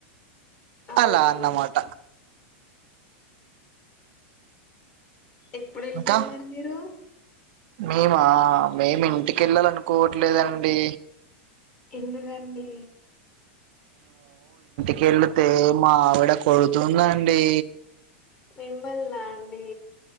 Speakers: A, on the left; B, on the right.
A: అవును
B: అలా అన్నమాట
A: ఎప్పుడు వెళ్తారు
B: ఇంకా
A: మరి మీరు
B: మేమా మేము ఇంటికి వెళ్ళాలి అనుకోవట్లేదండి
A: ఎందుకండి
B: కెళితే మా ఆవిడ కొడుతుందండి
A: మిమ్మల్లా అండి